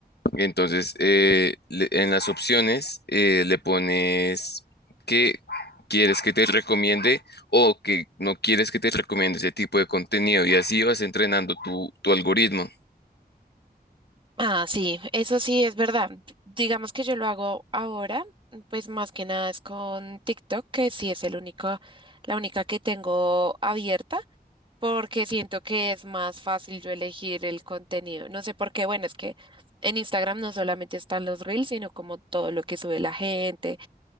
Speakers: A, on the left (about 80°); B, on the right (about 30°).
A: Entonces, eh, le- en las opciones eh, le pones que quieres que te recomiende o que no quieres que te recomiende ese tipo de contenido y así vas entrenando tu, tu algoritmo.
B: Ah, sí, eso sí es verdad. Digamos que yo lo hago ahora, pues más que nada es con TikTok, que sí es el único, la única que tengo abierta. porque siento que es más fácil yo elegir el contenido. No sé por qué, bueno, es que en Instagram no solamente están los reels, sino como todo lo que sube la gente